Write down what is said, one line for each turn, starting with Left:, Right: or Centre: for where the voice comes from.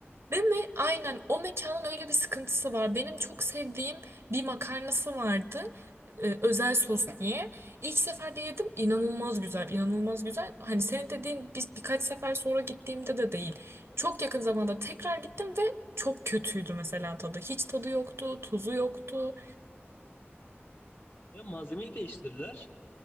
Right: Değil mi? Aynen. O mekanın öyle bir sıkıntısı var. Benim çok sevdiğim bir makarnası vardı. e, özel sos diye. İlk seferde yedim. inanılmaz güzel. inanılmaz güzel. Hani senin dediğin biz birkaç sefer sonra gittiğimde de değil. Çok yakın zamanda tekrar gittim ve çok kötüydü mesela tadı. Hiç tadı yoktu. Tuzu yoktu.
Left: Ya malzemeyi değiştirdiler